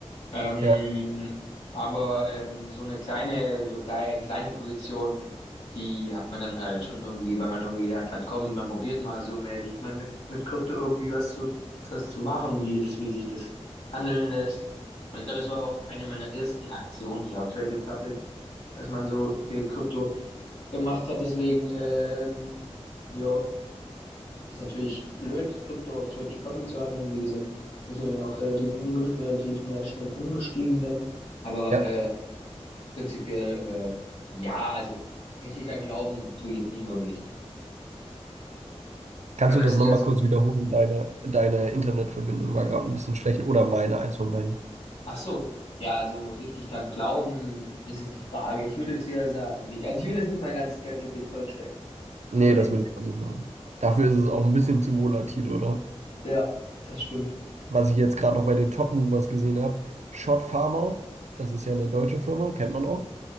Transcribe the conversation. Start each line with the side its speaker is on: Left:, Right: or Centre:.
Left: Ähm,
Right: Ja,
Left: aber ähm, so eine kleine, so kleine, kleine Position, die hat man dann halt schon irgendwie, weil man irgendwie gedacht hat, komm, man probiert mal so mäßig mal mit, mit Krypto irgendwie was zu, was zu machen, wie das, wie sich das handeln lässt. Und ich glaube, das war auch eine meiner ersten Aktionen hier auf Trade Republic, dass man so äh, Krypto gemacht hat. Deswegen, ähm, ja. Ist natürlich blöd, Krypto auf Trade Republic zu handeln. Wie gesagt, bin ich ja dann auch relativ, umge relativ na- schnell umgestiegen dann. Aber
Right: ja.
Left: äh, prinzipiell, äh, ja, also richtig dran glauben tue ich jetzt nicht wirklich. Ich
Right: Kannst
Left: glaube,
Right: du
Left: das
Right: das
Left: ist
Right: nochmal
Left: eher so,
Right: kurz wiederholen? Deine, deine Internetverbindung war gerade ein bisschen schlecht oder meine, eins von beiden.
Left: ach so, ja, also richtig dran glauben ist jetzt die Frage. Ich würde jetzt eher sagen, nicht. Also ich würde jetzt nicht mein ganzes Geld in Bitcoin stecken,
Right: Nee,
Left: zum Beispiel.
Right: das will ich auch nicht machen. Dafür ist es auch ein bisschen zu volatil, oder?
Left: Ja, das stimmt.
Right: was ich jetzt gerade noch bei den Top Movers gesehen habe, Schott Pharma, das ist ja eine deutsche Firma, kennt man auch.